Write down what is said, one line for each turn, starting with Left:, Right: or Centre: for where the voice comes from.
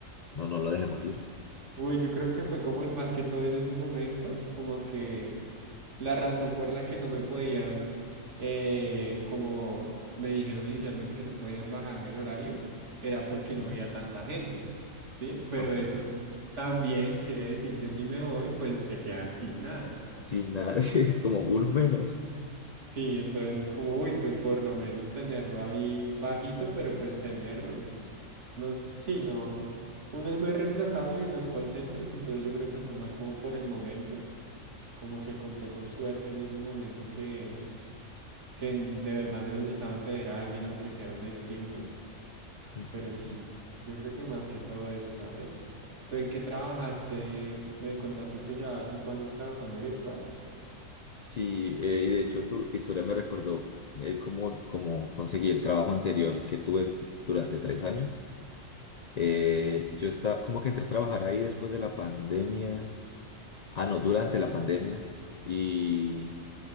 Left: no, no lo dejemos ir.
Right: Uy, yo creo que fue como en más que todo en ese momento, como que... La razón por la que no me podían, eh, como me dijeron inicialmente que no podían bajarme el horario, era porque
Left: Ujú,
Right: no había tanta gente, ¿sí? Pero
Left: Bajamos.
Right: eso también quiere decir que si me voy, pues se quedan sin nada.
Left: Sin nada, <laughs> sí, es como uno menos.
Right: Sí, entonces es como, uy, pues por lo menos tenerlo ahí bajito, pero pues tenerlo, no, s- sí, no, uno es muy reemplazable en los call centers, entonces yo creo que fue más como por el momento, como que conté con suerte en ese momento que que de verdad necesitaban tener a alguien, aunque sea medio tiempo,
Left: Ujú.
Right: pero sí, yo creo que más que todo eso, ¿sabes? ¿Tú en qué trabajaste? Me contaste que llevabas cinco años trabajando virtual.
Left: Sí, eh, y de hecho tu historia me recordó eh, cómo, cómo conseguí el trabajo anterior que tuve p- durante tres años. Eh, yo estaba, como que entré a trabajar ahí después de la pandemia, ah, no, durante la pandemia, y